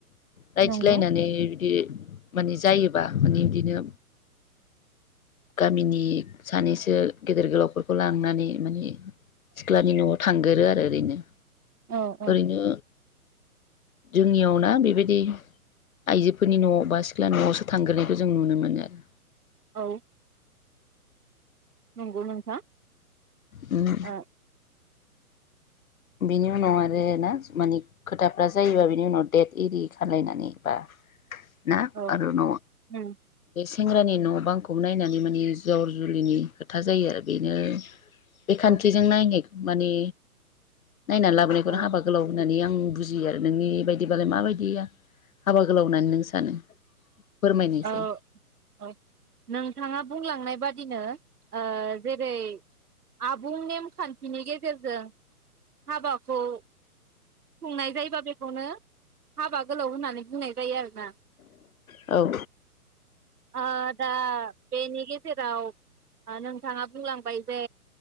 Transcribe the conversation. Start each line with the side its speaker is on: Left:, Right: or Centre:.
Left: रायथि
Right: नंगौ
Left: लायनानानै बि माने जायोबा माने बिदिनो गामिनि सानैसो गेदेर गोलावफोरखौ लांनानै माने सिख्लानि नआव थांगोरो आरो ओरैनो
Right: औ औ
Left: ओरैनो जोंनियाव ना बेबायदि आइजोफोरनि न बा सिख्ला नआवसो थांग्रोनायखौ जों नुनो मोनो आरो
Right: औ नंगौ नोंथां
Left: उम
Right: ओ
Left: बेनि उनाव आरो ना माने खोथाफ्रा जायोबा बिनि उनाव डेट ओरि खालायनानै बा ना
Right: औ
Left: आरो न'आ
Right: उम
Left: सेंग्रानि न' बांखौ नायनानै माने जर जुलिनि खोथा जायो आरो बेनो बे खान्थिजों
Right: औ
Left: नायनाय माने नायना लाबोनायखौनो
Right: औ
Left: हाबा गोलाव होननानै आं बुजियो आरो नोंनि बायदि बिदिबालाय माबायदि गैया हाबा गोलाव होननानै नों सानो फोरमायनायसै
Right: औ नोंथाङा बुंलांनाय बादिनो ओ जेरै आबुं नेमखान्थिनि गेजेरजों हाबाखौ संनाय जायोबा बेखौनो हाबा गोलाव होननानै बुंननाय जायो आरो ना
Left: औ
Right: आ दा बेनि जेराव नोंथाङा बुंलांबाय जे